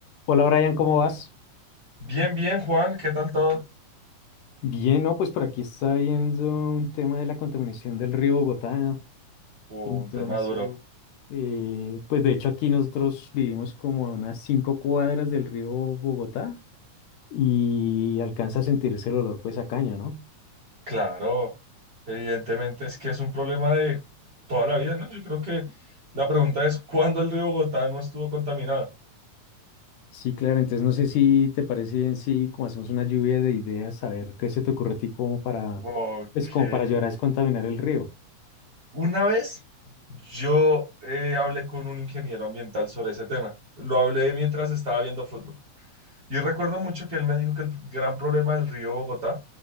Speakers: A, on the left; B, on the right.
A: Hola Brian, ¿cómo vas?
B: Bien, bien, Juan, ¿qué tal todo?
A: Bien, no, pues por aquí está viendo un tema de la contaminación del río Bogotá.
B: Uh,
A: Entonces,
B: un tema duro.
A: eh, pues de hecho aquí nosotros vivimos como a unas cinco cuadras del río Bogotá y alcanza a sentirse el olor pues a caño, ¿no?
B: Claro, evidentemente es que es un problema de toda la vida, ¿no? Yo creo que la pregunta es, ¿cuándo el río Bogotá no estuvo contaminado?
A: Sí, claro, entonces no sé si te parece bien si como hacemos una lluvia de ideas, a ver qué se te ocurre a ti como para,
B: Ok.
A: pues como para ayudar a descontaminar el río.
B: Una vez yo eh, hablé con un ingeniero ambiental sobre ese tema. Lo hablé mientras estaba viendo fútbol. Y recuerdo mucho que él me dijo que el gran problema del río Bogotá